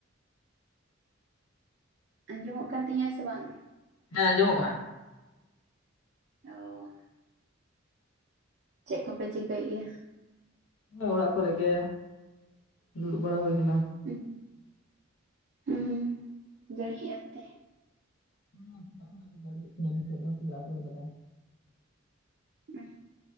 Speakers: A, on the right; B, on the left.
A: ᱟᱡᱚᱢᱚᱜ ᱠᱟᱱ ᱛᱤᱧᱟᱹ ᱥᱮ ᱵᱟᱝ᱾
B: ᱦᱮᱸ ᱟᱸᱡᱚᱢᱚᱜᱼᱟ ᱾
A: ᱳᱦᱸᱻ ᱪᱮᱫ ᱠᱚᱯᱮ ᱪᱤᱠᱟᱹᱭᱮᱫ ᱜᱮᱭᱟ?
B: ᱱᱚᱳᱭ ᱚᱲᱟᱜ ᱠᱚᱨᱮ ᱜᱮ ᱫᱩᱲᱩᱵ ᱵᱟᱲᱟ ᱦᱩᱭ ᱠᱟᱱᱟ᱾
A: <unintelligible> ᱦᱩᱸ ᱦᱩᱸ ᱡᱟᱹᱲᱤᱭᱟ ᱚᱛᱛᱮ
B: ᱦᱮ ᱥᱮᱛᱟᱜ ᱠᱷᱚᱱᱟᱜ ᱡᱟᱲᱤ ᱮᱫ ᱛᱟᱦᱮᱱ ᱱᱤᱛᱳ ᱫᱚ ᱠᱟ. ᱡ ᱟᱥᱳᱲ ᱟᱠᱟᱫᱟᱭ᱾
A: ᱚ,,